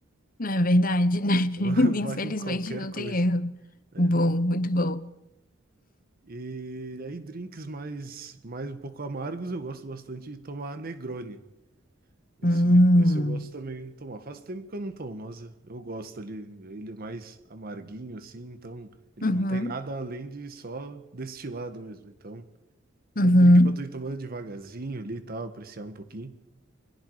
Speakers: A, on the left; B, on the right.
A: Não é verdade, né? <laughs>
B: Então <laughs>
A: Infelizmente
B: vai com qualquer
A: não
B: coisa,
A: tem erro.
B: né?
A: Bom, muito bom.
B: E aí drinks mais, mais um pouco amargos, eu gosto bastante de tomar Negroni. Esse,
A: Hum,
B: esse eu gosto também de tomar. Faz tempo que eu não tomo, mas eu gosto ali. Ele é mais amarguinho assim, então ele
A: uhum,
B: não tem nada além de só destilado mesmo. Então
A: uhum,
B: é um drink pra tu ir tomando devagarzinho ali e tal, apreciar um pouquinho.